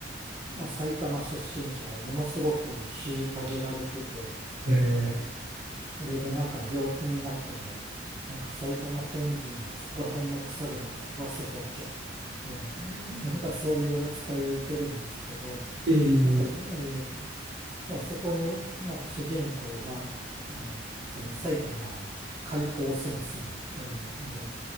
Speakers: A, on the right; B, on the right.
A: まあ、埼玉出身者はものすごく虐げられてて、
B: えー
A: ええそれでなんか病気になっても、なんか埼玉県人にはそこら辺の草でも食わせておけとか言って、<laughs> なんかそういう扱いを受けるんですけど、
B: えー
A: なんか、えーと、まあそこになんか主人公が、あの、その埼玉解放戦線とかいうので、